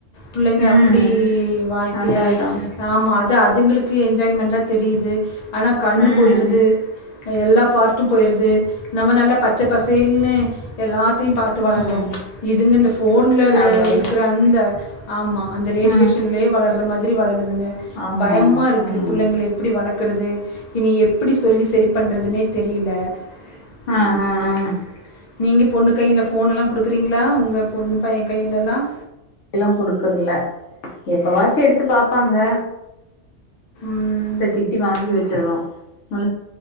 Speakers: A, on the left; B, on the left.
A: பிள்ளைங்க
B: ம்
A: அப்டி வாழ்க்கைய
B: அதா அதா
A: ஆமா அது அதுங்களுக்கு என்ஜாய்மெண்டா தெரியுது ஆனால் கண்ணு
B: ம்
A: போயிடுது எல்லா பாட்டு போயிடுது நம்ம நல்லா பச்ச பசேல்னு எல்லா த்தையு பாத்து வளந்தோ
B: ம்
A: இதுங்க இந்த ஃபோன்ல்
B: அதா அதா
A: இருக்குற அந்த ஆமா அந்த ரேடியேஷன்லயே
B: ம்
A: வளர் அந்த மாதிரி வளர்து ங்க
B: ஆமா
A: பயமா
B: ஆமா
A: இருக்கு
B: ம்
A: பிள்ளைங்களை எப்படி வளர்க்க இருக்கிறது இனி எப்படி சொல்லி சரி பண்றதுனே தெரியல ம்
B: ஆ ஆ ஆ
A: நீங்க பொண்ணு கைல ஃபோன்ல்லாம் கொடுக்குறீங்களா உங்க பொண்ணு பையன் கையிலெல்லாம்
B: ல்லாம் குடுக்கறல எப்ப வாச்சி எடுத்து பாப்பாங்க
A: ம்
B: இப்ப திட்டி வாங்கி வச்சு ருவோம் மு